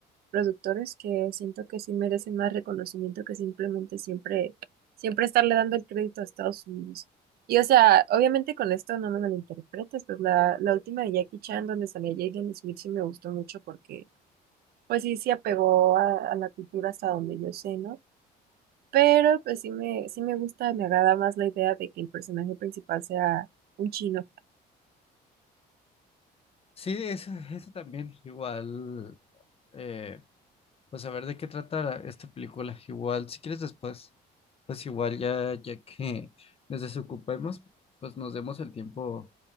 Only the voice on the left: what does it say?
Sí, eso, eso también, igual, eh, pues a ver de qué trata esta película, igual, si quieres después, pues igual ya, ya que nos desocupemos, pues nos demos el tiempo,